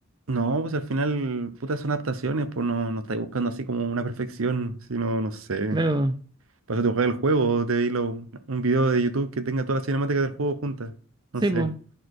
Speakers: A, on the right (about 70°); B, on the right (about 20°).
A: no, pues al final, puta, son adaptaciones, pues no, no estáis buscando así como una perfección, sino, no no sé.
B: Claro,
A: Para eso te jugar el juego, te vi lo- un video de YouTube que tenga todas las cinemáticas del juego juntas. No
B: sí,
A: sé,
B: pues.